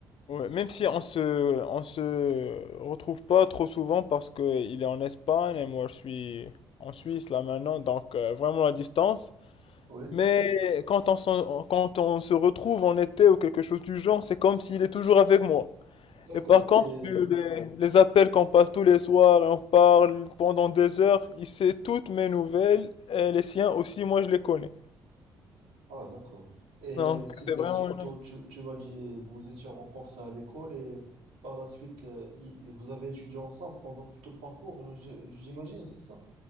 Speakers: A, on the left; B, on the right.
A: Ouais, même si on se, on se retrouve pas trop souvent parce que il est en Espagne et moi je suis en Suisse là maintenant, donc euh, vraiment à distance.
B: Oui,
A: Mais quand on, s'en- quand on se retrouve en été ou quelque chose du genre, c'est comme s'il est toujours avec moi.
B: d'accord.
A: Et par contre,
B: Et,
A: vu les, les appels qu'on passe tous les soirs et on parle pendant des heures, il sait toutes mes nouvelles et les siens aussi, moi je les connais.
B: ah, d'accord. Et
A: Donc
B: c'était
A: c'est vraiment
B: surtout,
A: une
B: tu, tu m'as dit, vous vous étiez rencontrés à l'école et par la suite, euh, i- vous avez étudié ensemble pendant tout le parcours, euh, j'ai- j'imagine, c'est ça?